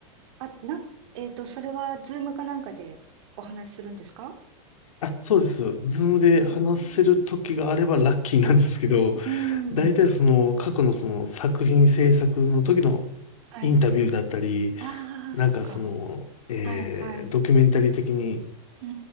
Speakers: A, on the right; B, on the left.
A: あ、な、えっと、それは、ズームかなんかでお話しするんですか
B: あ、そうです。ズームで話せる時があればラッキーなんですけど、
A: うーん。うー
B: 大体その過去のその作品制作の時のインタビューだったり、
A: ん。はい。ああ、
B: なんかその、
A: そっか。
B: えードキュメンタリー的に
A: はい、はい。うー